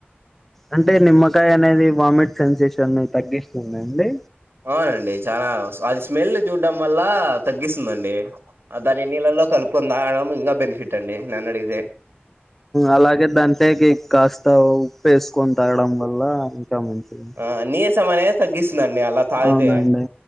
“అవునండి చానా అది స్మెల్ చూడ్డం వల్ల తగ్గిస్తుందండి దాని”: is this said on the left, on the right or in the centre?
Right